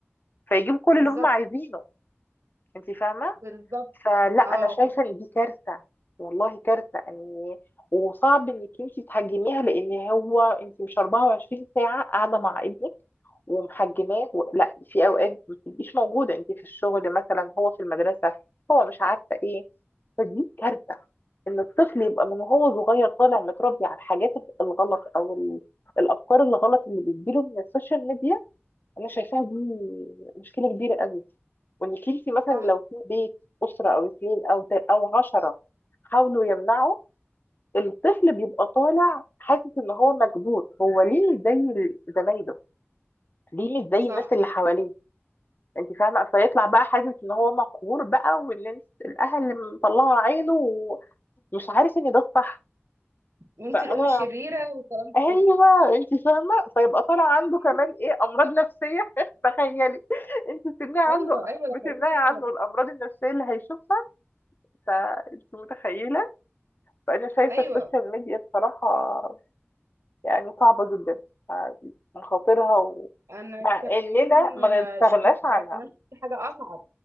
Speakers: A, on the left; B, on the right.
A: فيجيبوا كل
B: بالظبط
A: اللي هم عايزينه انت فاهمه
B: بالظبط
A: فلا انا
B: اه
A: شايفه ان دي كارثه والله كارثه ان وصعب انك انت تحجميها لان هو انت مش 24 ساعه قاعده مع ابنك ومحجماه و... لا في اوقات ما بتبقيش موجوده انت في الشغل مثلا هو في المدرسه هو مش عارفه ايه فدي كارثه ان الطفل يبقى من وهو صغير طالع متربي على الحاجات الغلط او ال... الافكار الغلط اللي بتجيله من السوشيال ميديا انا شايفاها دي مشكله كبيره قوي وانك انت مثلا
B: صح
A: لو في بيت اسره او اثنين او تا- او عشره حاولوا يمنعوا الطفل بيبقى طالع حاسس ان هو مكبوت هو ليه مش زي ال- زمايله ليه مش زي
B: صح
A: الناس اللي حواليه انت فاهمه فيطلع بقى حاسس ان هو مقهور بقى وان انت- الاهل مطلعوا عينه ومش عارف ان ده الصح
B: وانت
A: فانا
B: الام الشريره والكلام ده
A: ايوه
B: كله
A: انت فاهمه فيبقى طالع عنده
B: <laughs>
A: كمان ايه امراض نفسيه <laughs> تخيلي انت بتمنعي
B: ايوه
A: عنه
B: ايوه ده
A: بتمنعي
B: حقيقي فعلا
A: عنه الامراض النفسيه اللي هيشوفها فانت متخيله فانا شايفه
B: ايوه
A: السوشيال ميديا بصراحه يعني صعبه جدا يعني مخاطرها و...
B: انا
A: مع
B: كمان
A: اننا ما نستغناش
B: ش- لا ده
A: عنها
B: انا كمان في حاجه اصعب